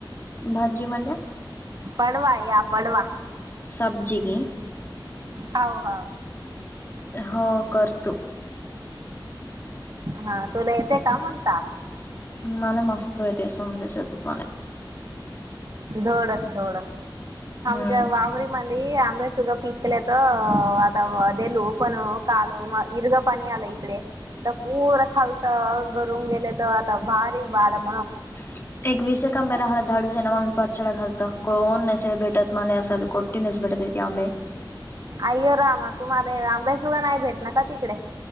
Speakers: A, on the left; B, on the right.
A: भाद सजी म्हणल्या
B: पडवा या पडवा
A: सब्जी गे
B: हाव हाव
A: हो करतो
B: हा तुला येते का म्हणता?
A: मला मस्त येते संदेश शेत मला
B: धोडस धोड
A: हम्म
B: आमच्या वावरीमधी आम वैसुग पिकले अ तर आता देलू पण काल म इर्ग पाणी आलं इकडे तर पुरं खालतं घरून गेलेलं आता भारी बारम
A: <unintelligible> घालत कोण नसेल भेटत मला असाल कोट्टी नसेल भेटत ते आंबे
B: आय्यो रामा तुम्हाला हे आंब्यासुद्धा नाही भेटणे का तिकडे